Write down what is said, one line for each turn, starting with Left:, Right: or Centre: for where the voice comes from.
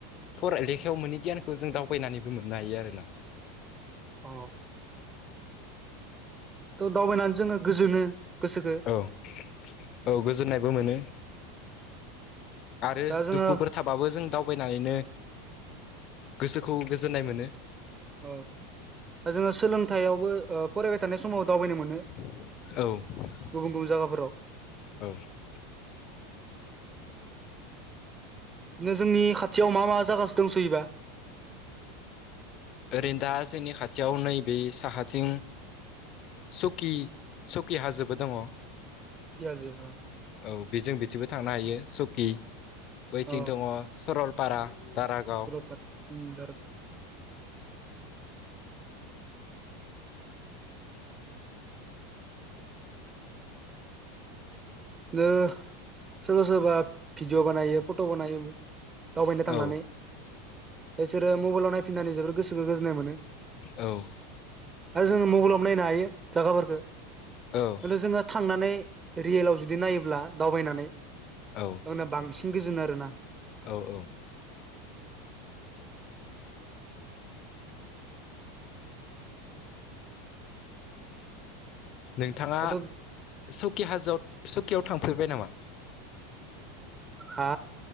Left: फराय लेखायाव मोनै गियानखौ जों दावबायनानैबो मोननो हायो आरोना
Right: अ थ' दावबायनानै जोङो गोजोनो गोसोखो
Left: औ-औ गोजोननायबो मोनो आरो
Right: दा जोङो
Left: दुखुफोर थाबाबो जों दावबायनानैनो गोसोखौ गोजोननाय मोनो
Right: औ दा जोङो सोलोंथायावबो फरायबाय थानाय समाव दावबायनो मोनो
Left: औ-औ
Right: गुबुन गुबुन जायगाफोराव बिनो जोंनि खाथियाव मा मा जागासो दंसोयोबा
Left: ओरैनो दा जोंनि खाथियाव नैबे साहाथिं सुकि सुकि हाजोबो दङ
Right: सुकि हाजो अ
Left: औ बेजों बिथिंबो थांनो हायो सकि बैथिं
Right: अ
Left: दङ सरल पारा दारागाव
Right: <unintelligible> बिदिनो सोरबा सोरबा भिडिअ बानायो फट' बानायोमोन दावबायनो थांनानै
Left: औ
Right: इसोरो मबाइलाव नायफिननानै जोबोर गोसोखौ गोजोननाय मोनो
Left: औ
Right: आरो जोङो मबाइलाव नायनो हायो जागाफोरखो
Left: औ
Right: <unintelligible> जोङो थांनानै रियेलाव जुदि नायोब्ला दावबायनानै
Left: औ
Right: अबोला बांसिन गोजोन आरोना
Left: औ-औ नोंथाङा
Right: दाथ'
Left: सकि हाजोआव सकियाव थांफेरबाय नामा
Right: हा